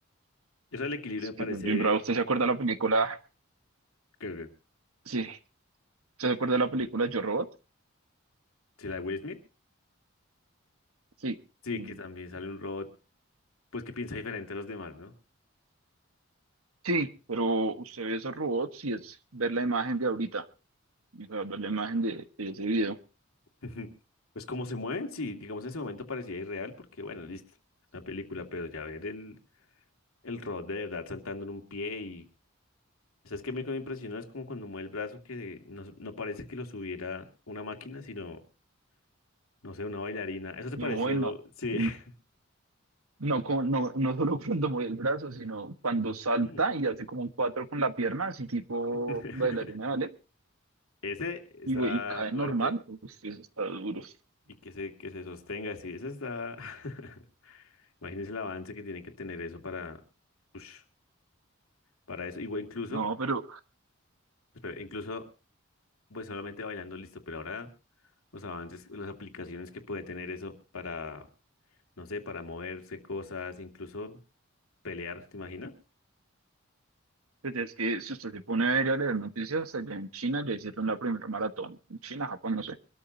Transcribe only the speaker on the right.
Es
que es bien bravo. ¿Usted se acuerda de la película?
Sí. ¿Usted se acuerda de la película Yo Robot?
Sí.
Mm,
Sí. Pero usted ve esos robots y es ver la imagen de ahorita. O sea, ver la imagen de, de ese video.
No,
bueno.
No,
no, como- no, no solo <laughs> cuando mueve el brazo, sino cuando salta
y hace como un cuatro con la pierna, así tipo
bailarina, ¿vale?
Y, bu- y cae
normal. Usted está duro.
No, pero
pues es que si usted se pone a ver y a leer noticias, allá en China ya hicieron la primera maratón. En China, Japón, no sé